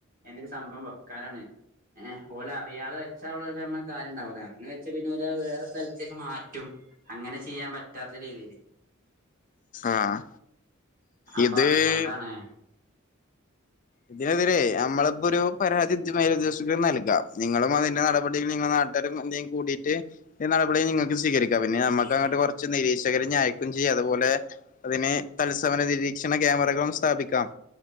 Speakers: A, on the right; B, on the left.
A: എന്തൊരു സംഭവം വെക്കാനാണ് ഏ ഓലറിയാതെ വെച്ച മ്മകാര്യണ്ടാവൂലെ അറിഞ്ഞ് വെച്ച പിന്നെ ഓൽ അത് വേറെ സ്ഥലത്തേക്കക്ക് മാറ്റ റ്റുംഅങ്ങനെ ചെയ്യാൻ പറ്റാത്ത രീതിയില്
B: ആഹ്
A: അപ്പൊ
B: ഇത്
A: അതുകൊണ്ടാണ്
B: ഇതിനെതിരെ നമ്മളിപ്പോ ഒരു പരാതി ഉദ്യോഗസ്ഥർക്ക് നൽകാം നിങ്ങളും അതിന്റെ നടപടിയിൽ നിങ്ങൾ എന്തേലും കൂടിയിട്ട് ഈ നടപടി നിങ്ങൾക്ക് സ്വീകരിക്കാം പിന്നെ നമ്മുക്ക് അങ്ങോട്ട് കുറച്ച് നിരീക്ഷകരെ അയക്കയും ചെയ്യാം അതുപോലെ അതിന് തത്സമയ നിരീക്ഷണ ക്യാമറകളും സ്ഥാപിക്കാം